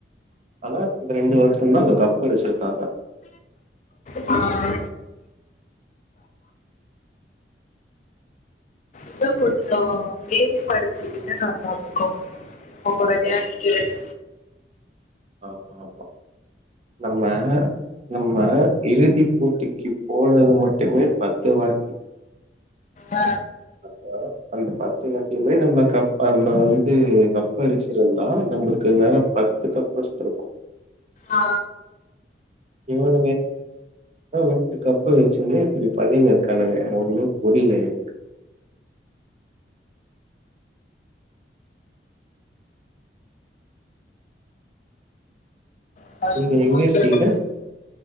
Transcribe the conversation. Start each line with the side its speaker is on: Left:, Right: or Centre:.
Right: ஆனா இந்த ரெண்டு வருஷந்தா அவுங்க கப்படிச்சிருக்காங்க
Left: ஆ இன்னு கொஞ்சொ மேம்படுத்திகிட்டா நல்லார்க்கு அவுங்க வெளயாட்டு
Right: ஆமா
Left: திறன்
Right: ஆமா ஆமா நம்ம நம்ம இறுதி போட்டிக்கு போனது மட்டுமே பத்து வாட்டி
Left: அ
Right: அப்ப அந்த பத்து வாட்டிமே நம்ப கப் நம்ப வந்து கப்படிச்சிருந்தா நம்பளுக்கு இந்நேரொ பத்து கப் இருந்திருக்கு
Left: ஆ
Right: இவனுமே எவ ஊட்டு கப்ப வச்சினே இப்டி பன்னுனு இருக்கானுங்க ஒன்னு புரில எனக்கு
Left: எல்லாரும்
Right: நீங்க எங்க
Left: பார்க்கணும்னு
Right: இருக்கீங்க